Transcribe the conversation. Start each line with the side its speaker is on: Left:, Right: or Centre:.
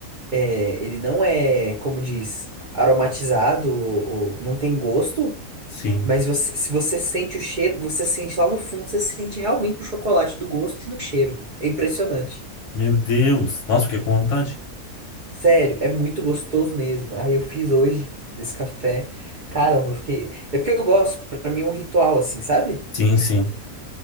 Right: é, ele não é, como diz, aromatizado, ou, ou não tem gosto,
Left: sim.
Right: mas você, se você sente o cheiro, você sente lá no fundo, você sente realmente o chocolate do gosto e do cheiro. É impressionante.
Left: Meu Deus. Nossa, fiquei com vontade.
Right: Sério, é muito gostoso mesmo. Aí eu fiz hoje desse café. Caramba, eu fiquei. É porque eu gosto, pra mim é um ritual assim, sabe?
Left: Sim, sim.